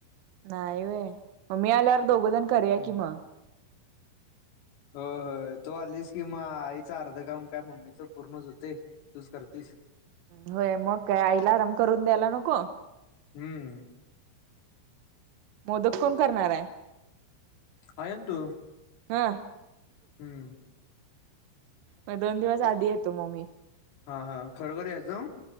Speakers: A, on the right; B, on the left.
A: नाही व्हयं, मग मी आल्यावर दोघंजण करूया
B: हम्म.
A: की मग.
B: होय होय तू आलीस की म आईचं अर्ध काम काय मम्मीच पूर्णचं होतंय तूच करतीस.
A: होय मग काय आईला आराम करून द्यायला नको.
B: हम्म
A: मोदक कोण करणार आहे?
B: आई आणि तु.
A: हा.
B: हम्म.
A: मग दोन दिवस आधी येतो म मी.
B: हा हा खरोखर यायचं हं.